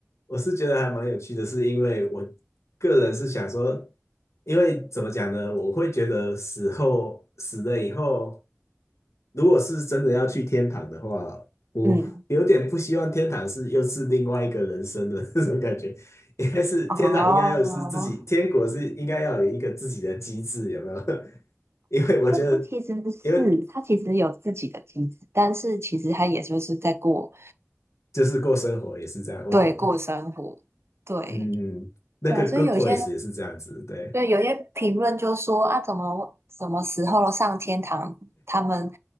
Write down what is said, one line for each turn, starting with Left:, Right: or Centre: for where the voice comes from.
Left: 我是觉得还蛮有趣的，是因为我个人是想说，因为怎么讲呢，我会觉得死后死了以后。如果是真的要去天堂的话，我有点不希望天堂是又是另外一个人生的那种感觉，
Right: <laughs> 嗯，
Left: 应该是天堂应该要是自己，
Right: 哦。哦
Left: 天国是应该要有一个自己的机制，有没有？<laughs> 因为我觉得，
Right: 那他其实是，
Left: 因为
Right: 他其实有自己的机制，但是其实他也就是在过，
Left: 就是过生活也是这样，我懂。
Right: 对，过生活，对，
Left: 嗯，那个
Right: 对啊，所以有些
Left: Good Place 也是这样子，对。
Right: 对有些评论就说啊，怎么什么时候上天堂，他们